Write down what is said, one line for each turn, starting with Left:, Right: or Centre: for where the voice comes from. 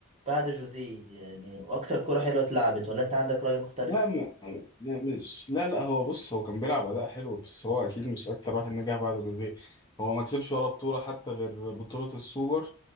Right: بعد جوزيه يعني واكتر كرة حلوة اتلعبت ولا انت عندك رأي مختلف
Left: لا ما ما- مش لا لا هو بص هو كان بيلعب اداء حلو بس هو اكيد مش اكتر واحد نجح بعد دوريه هو ما كسبش ولا بطوله حتى غير بطوله السوبر